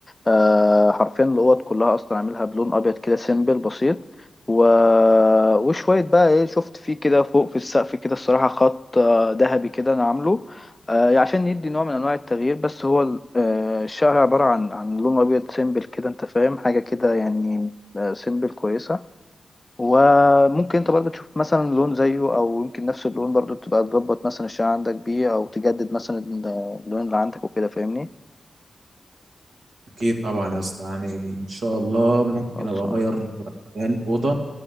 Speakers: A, on the left; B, on the right.
A: آه، حرفيا الاوض كلها اصلا عاملها بلون ابيض كده سيمبل بسيط و... وشويه بقى ايه شفت فيه كده فوق في السقف كده الصراحه خط آه، ذهبي كده انا عامله آه، يعني عشان يدي نوع من انواع التغيير بس هو ال- آه، الشقه عباره عن عن لون ابيض سيمبل كده انت فاهم حاجه كده يعني آه، سيمبل كويسه وممكن انت برضه تشوف مثلا لون زيه او يمكن نفس اللون برضه تبقى تظبط مثلا الشعر عندك بيه او تجدد مثلا اللون اللي عندك وكده فاهمني
B: اكيد طبعا يا اسطى يعني ان شاء الله ممكن
A: خلصان
B: ابقى اغير دهان الاوضة